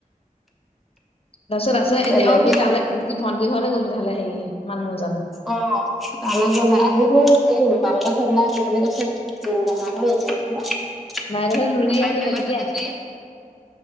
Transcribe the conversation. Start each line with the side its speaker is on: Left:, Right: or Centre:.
Left: তাৰপিছত আছে
Centre: বেলেগ
Left: এতিয়া অ
Centre: কিবা।
Left: তালে কি ভন্তি ঘৰলে গ'ল তেতিয়া হ'লে সেই মানুহজন
Centre: অ' তালৈ গলে আহিব সেই বাৰত থবেলাই আহ বুলি কৈছে! <unintelligible>
Left: বাইদেউ হত ৰুই
Centre: নাপাই
Left: আহিলে
Centre: বুলি কোৱা
Left: কেতিয়া
Centre: তাতে সি